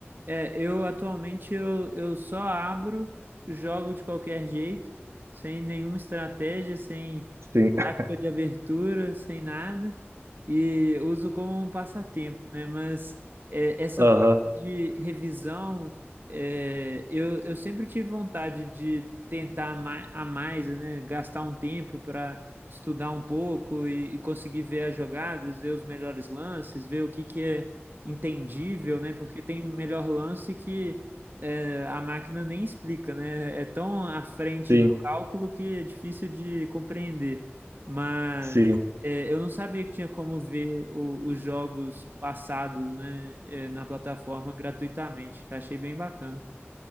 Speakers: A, on the right; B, on the right.
A: é, eu atualmente eu, eu só abro, jogo de qualquer jeito, sem nenhuma estratégia, sem
B: Sim. <laughs>
A: tática de abertura, sem nada, e uso como um passatempo, né? Mas é, essa
B: Aham,
A: parte de revisão, é, eu, eu sempre tive vontade de tentar ma- a mais, né? Gastar um tempo para estudar um pouco e, e conseguir ver as jogadas, ver os melhores lances, ver o que que é entendível, né? Porque tem melhor lance que é, a máquina nem explica, né? É tão à frente
B: sim,
A: no cálculo que é difícil de compreender. Mas
B: sim.
A: é, eu não sabia que tinha como ver o- os jogos passados, né, é, na plataforma gratuitamente. Achei bem bacana.